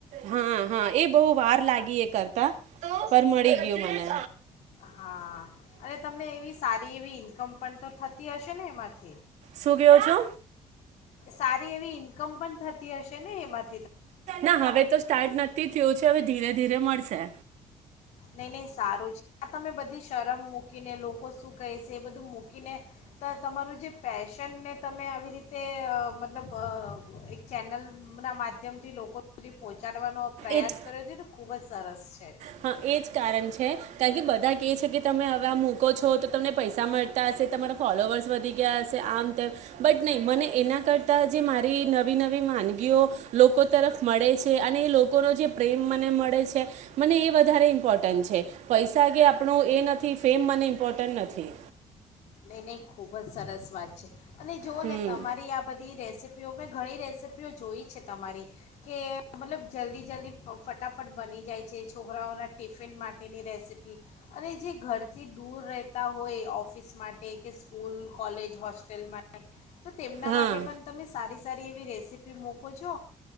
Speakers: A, on the right (about 80°); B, on the left (about 75°).
A: હા, હા, એ બહુ વાર લાગી, એ કરતા પણ મળી ગયું મને.
B: હા, અને તમને એવી, સારી એવી ઈન્કમ પણ તો થતી હશે ને એમાંથી?
A: શું કયો છો?
B: સારી એવી ઈન્કમ પણ થતી હશે ને એમાં?
A: ના, હવે તો સ્ટાર્ટ નથી, થયું છે. હવે, ધીરે ધીરે મળસે.
B: નઈ નહી સારું છે, આ તમે બધી શરમ મૂકીને, લોકો શું કહેસે, એ બધું મૂકી કીને તો તમારું જે પેશનને તમે આવી રીતે તે મતલબ એક ચેનલના માધ્યમથી લોકો હ. પહોંચાડવાનો પ્રયાસ
A: એટ
B: કર્યો છે તો ખૂબ જ સરસ છે.
A: હા એ જ કારણ છે કારણ કે બધા કેહે છે કે તમે હવે મૂકો છો તો તમને પૈસા મળતા હશે તમારા ફોલોવર્સ વધી ગયા હશે આમ તેમ બટ નહીં મને એના કરતાં જે મારી નવી નવી વાનગીઓ લોકો તરફ મળે છે. અને એ લોકોનો જે પ્રેમ મને મળે છે મને એ વધારે ઇમ્પોર્ટન્ટ છે પૈસા કે આપ આપણું એ નથી ફેમ મને ઇમ્પોર્ટન્ટ નથી.
B: નઈ નઈ ખૂબ જ સરસ વાત છે. અને જોઓ
A: હમ
B: ને તમારી આ બધી રેસીપી મેં ઘણી રેસીપીઓ જોઈ છે તમારી કે મતલબ જલ્દી-જલ્દી ફટાફટ બની જાય છે છોકરાઓના ટિફિન માટેની રેસીપી અને જે ઘરથી દૂર રહેતા હોય ઓફ ઓફિસ માટે કે સ્કૂલ, કોલેજ, હોસ્ટેલ માંટે તો તેમના
A: હા
B: માટે પણ તમે સારી સારી એવી રેસીપી મકો છો